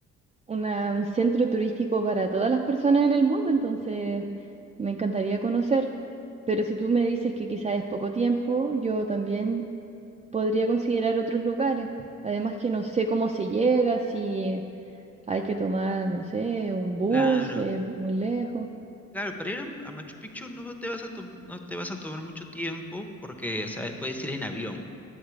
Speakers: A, on the right (about 20°); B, in the centre.
A: una- un centro turístico para todas las personas en el mundo, entonces me encantaría conocer. Pero si tú me dices que quizás es poco tiempo, yo también podría considerar otros lugares. Además que no sé cómo se llega, si hay que tomar, no sé, un bus,
B: Claro.
A: es muy lejos.
B: Claro, para ir a a Machu Picchu no te vas a tom- no te vas a tomar mucho tiempo porque, o sea, puedes ir en avión